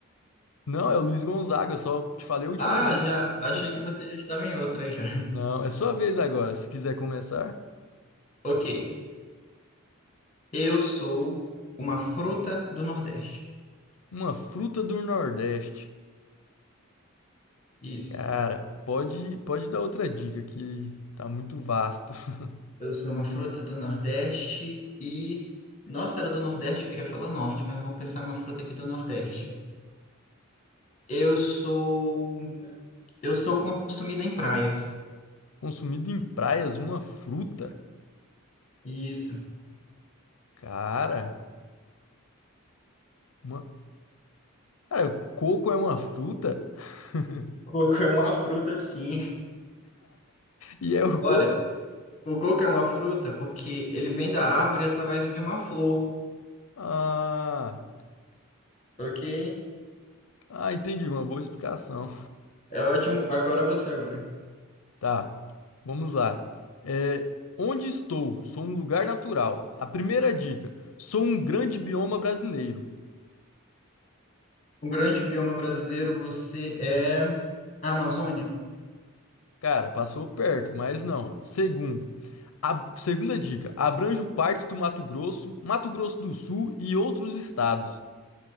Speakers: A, on the left (about 75°); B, on the left (about 35°).
A: Não, é o Luiz Gonzaga, eu só te falei a última
B: Ah,
A: dica.
B: já.
A: só.
B: Achei que você já estava em outra já.
A: Não, é sua vez agora, se quiser começar.
B: Ok. Eu sou uma fruta do Nordeste.
A: Uma fruta do Nordeste.
B: Isso.
A: Cara, pode, pode dar outra dica que tá muito vasto. <laughs>
B: Eu sou uma fruta do Nordeste e. Nossa, era do Nordeste, eu queria falar Norte, mas vamos pensar uma fruta aqui do Nordeste. Eu sou. Eu sou consumida em praias.
A: Consumido em praias, uma fruta.
B: Isso.
A: Cara, uma... Cara, coco é uma fruta? <laughs>
B: Coco é uma fruta, sim.
A: E é o
B: Olha,
A: coco?
B: o coco é uma fruta porque ele vem da árvore através de uma flor,
A: Ah,
B: ok?
A: ah, entendi, uma boa explicação.
B: É ótimo. Agora você, agora.
A: Tá, vamos lá. É, onde estou? Sou um lugar natural. A primeira dica: sou um grande bioma brasileiro.
B: Um grande bioma brasileiro, você é a Amazônia.
A: Cara, passou perto, mas não. Segundo, a segunda dica: abranjo partes do Mato Grosso, Mato Grosso do Sul e outros estados.